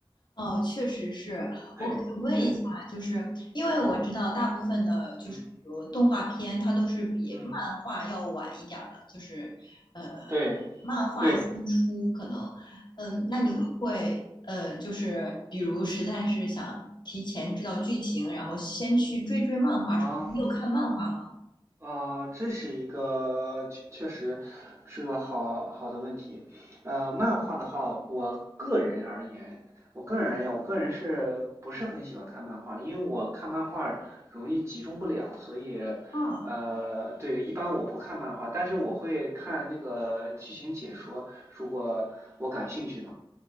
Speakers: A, on the left; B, on the right.
A: 哦，确实是。
B: 对对，
A: 我可嗯以问一下，就是因为我知道大部分的，
B: 嗯
A: 就是比如动画片，
B: 嗯
A: 它都是比漫画要晚一点儿的，
B: 嗯，
A: 就是呃，
B: 对
A: 漫画新出可能，
B: 对
A: 嗯、那你会不会呃，
B: 是
A: 就是比如实在是想提前知道剧情，然后先去追追漫画什么的？
B: 啊。
A: 你有看漫画吗？
B: 啊，这是一个确确实是个好好的问题。呃，漫画的话，我个人而言，我个人而言，我个人是不是很喜欢看漫画？因为我看漫画容易集中不了，所以，
A: 啊，
B: 呃，对，一般我不看漫画，但是我会看那个剧情解说，如果我感兴趣的。